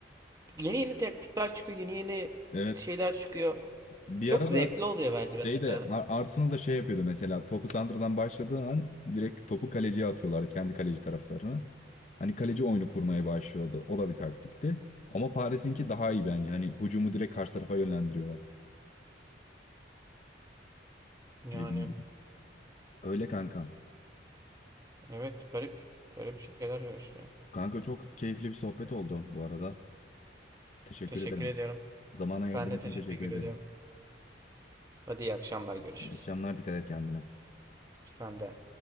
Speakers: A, on the right; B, on the left.
A: Yeni yeni taktikler çıkıyor. Yeni yeni
B: Evet.
A: şeyler çıkıyor.
B: Bir
A: Çok
B: ara
A: zevkli
B: da
A: oluyor bence mesela.
B: şey de Ar- Arsenal da şey yapıyordu mesela topu santradan başladığı an direkt topu kaleciye atıyorlardı kendi kaleci taraflarına. Hani kaleci oyunu kurmaya başlıyordu. O da bir taktikti. Ama Paris'inki daha iyi bence. Hani hücumu direkt karşı tarafa yönlendiriyorlar.
A: Yani
B: Dediğim gibi. Öyle kanka.
A: evet garip. Garip şeyler yaşıyor.
B: Kanka çok keyifli bir sohbet oldu bu arada. Teşekkür
A: Teşekkür
B: ederim.
A: ediyorum.
B: Zaman ayırdığın
A: Ben de
B: için
A: teşekkür
B: teşekkür ederim.
A: ediyorum. Hadi iyi akşamlar görüşürüz.
B: İyi akşamlar, dikkat et kendine.
A: Sen de.